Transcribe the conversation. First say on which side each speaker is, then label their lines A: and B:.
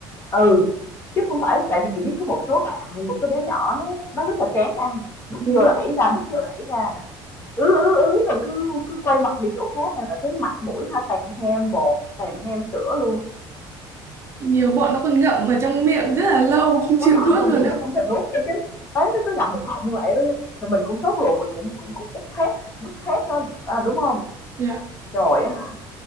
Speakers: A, on the left; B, on the right.
A: ừ chứ không phải tại vì chị biết có một số bạn một số bé nhỏ nó nó rất là kén ăn đút
B: <laughs> đúng
A: vô
B: rồi
A: là đẩy ra đút vô là đẩy ra nè ứ ứ ứ là cứ cứ quay mặt đi chỗ khác này là cái mặt mũi ha tèm hem bột tèm hem sữa luôn
B: nhiều bọn nó còn ngậm ở trong miệng rất là lâu không
A: nó
B: chịu
A: ngậm
B: nuốt
A: trong
B: luôn
A: miệng
B: á
A: nó không thèm nuốt nha chứ đấy nó cứ ngậm một họng như vậy đó rồi mình cũng sốt ruột mình cũng cũng cũng út thép đút thép đó à, đúng không
B: Dạ.
A: rồi á hả